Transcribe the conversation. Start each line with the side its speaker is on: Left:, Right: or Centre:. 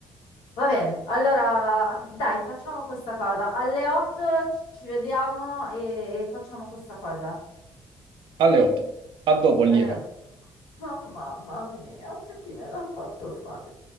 Left: Va bene, allora dai, facciamo questa cosa. Alle 8 ci ci vediamo e e facciamo questa cosa.
Right: alle 8. A dopo, allieva.
Left: Alle otto. Oh, mamma mia, chi me l'ha fatto fare?